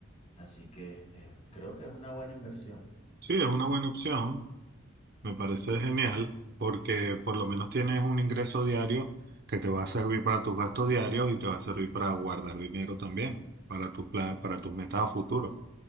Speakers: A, on the left; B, on the right.
A: así que eh, creo que es una buena inversión.
B: Sí, es una buena opción. Me parece genial porque por lo menos tienes un ingreso diario que te va a servir para tus gastos diarios y te va a servir para guardar dinero también, para tus plan, para tus metas a futuro.